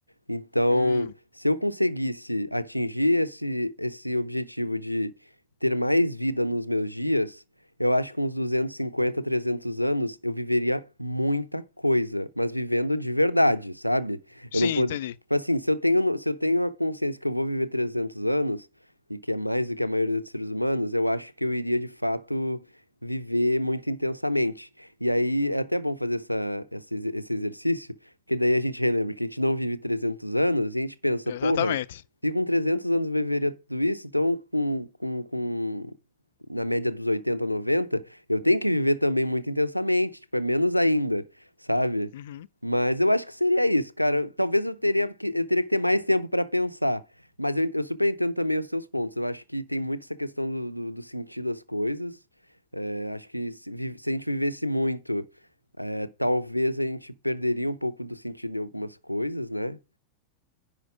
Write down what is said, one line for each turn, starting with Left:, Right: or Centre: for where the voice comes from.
Right: Então,
Left: Hum.
Right: se eu conseguisse atingir esse, esse objetivo de ter mais vida nos meus dias, eu acho que uns 250 300 anos eu viveria muita coisa, mas vivendo de verdade, sabe?
Left: Sim,
Right: Eu não pod...
Left: entendi.
Right: Tipo assim, se eu tenho, no- se eu tenho a consciência que eu vou viver 300 anos, e que é mais do que a maioria dos seres humanos, eu acho que eu iria de fato viver muito intensamente. E aí é até bom fazer essa, essa- esse exercício porque daí a gente relembra que a gente não vive 300 anos e a gente pensa,
Left: Exatamente.
Right: porra, se com 300 anos eu viveria tudo isso, então com, com, com- na média dos 80 90 eu tenho que viver também muito intensamente, tipo, é menos ainda, sabe?
Left: Uhum.
Right: Mas eu acho que seria isso, cara. Talvez eu teria que, eu teria que ter mais tempo pra pensar. Mas eu, eu super entendo também os seus pontos. Eu acho que tem muito essa questão do, do, do sentido das coisas. É, acho que se, vi- se a gente vivesse muito. É, talvez a gente perderia um pouco do sentido em algumas coisas, né?